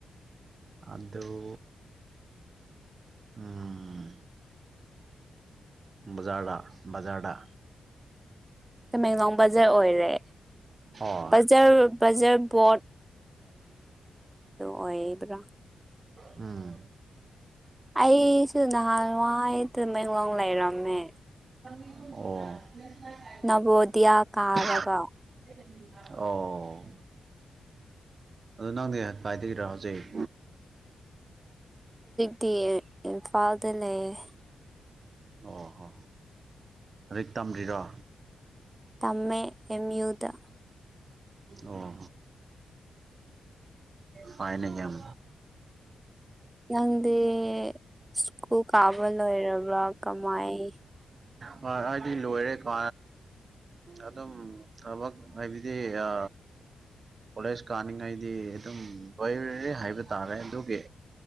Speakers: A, on the right; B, on the right.
A: ꯑꯗꯣ ꯎꯝ ꯕꯖꯥꯔꯗ ꯕꯖꯥꯔꯗ
B: ꯇꯃꯦꯡꯂꯣꯡ ꯕꯖꯥꯔ ꯑꯣꯏꯔꯦ
A: ꯑꯣ
B: ꯕꯖꯥꯔ ꯕꯖꯥꯔ ꯕꯣꯠ ꯑꯣꯏꯕ꯭ꯔꯥ
A: ꯎꯝ
B: ꯑꯩꯁꯨ ꯅꯍꯥꯟꯋꯥꯏ ꯇꯃꯦꯡꯂꯣꯡ ꯂꯩꯔꯝꯃꯦ
A: ꯑꯣ
B: ꯅꯕꯣꯗꯤꯌꯥ ꯀꯥꯔꯒ
A: ꯑꯣ ꯑꯗꯨ ꯅꯪꯗꯤ ꯀꯥꯏꯗꯩꯩꯔ ꯍꯧꯖꯤꯛ
B: ꯇꯤ ꯏꯝꯐꯥꯜꯗ ꯂꯩꯌꯦ
A: ꯑꯣ ꯍꯣ ꯍꯧꯖꯤꯛ ꯇꯝꯗ꯭ꯔꯤꯔꯣ
B: ꯇꯝꯃꯦ ꯑꯦꯝꯌꯨꯗ
A: ꯑꯣ ꯐꯥꯏꯅꯦ ꯌꯥꯝ
B: ꯅꯪꯗꯤ ꯁ꯭ꯀꯨꯜ ꯀꯥꯕ ꯂꯣꯏꯔꯕ꯭ꯔ ꯀꯃꯥꯏ
A: ꯍꯣꯏ ꯑꯩꯗꯤ ꯂꯣꯏꯔꯦ ꯀꯣ ꯑꯗꯨꯝ ꯊꯕꯛ ꯍꯥꯏꯕꯗꯤ ꯑ ꯀꯣꯂꯦꯖ ꯀꯥꯅꯤꯡꯉꯩꯗꯤ ꯑꯗꯨꯝ ꯂꯔꯦ ꯍꯥꯏꯕ ꯇꯥꯔꯦ ꯑꯗꯨꯒꯤ